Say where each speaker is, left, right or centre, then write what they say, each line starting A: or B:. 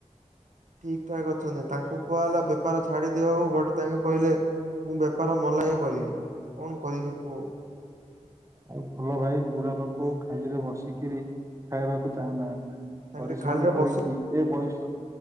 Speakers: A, on the right; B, on the right.
A: ଠିକ ଠାକ୍ ଅଛନ୍ତି ତାଙ୍କୁ କୁହାଗଲା ବେପାର ଛାଡ଼ିଦିଅଉ ବଟ୍ ତାଙ୍କେ କହିଲେ ମୁଁ ବେପାର ମଲା ହିଁ କରିବି କଣ କରିବି କୁହ?
B: ଆଉ ଭଲ ଭାଇ ବୁଢା ଲୋକ ଖାଲିରେ ବସିକିରି ଖାଇବାକୁ ଚାହୁଁନାହାନ୍ତି।
A: ତାଙ୍କେ
B: ପରିଶ୍ରମ
A: ଖାଲିରେ ବସି
B: କରିକି ଏ ବୟସ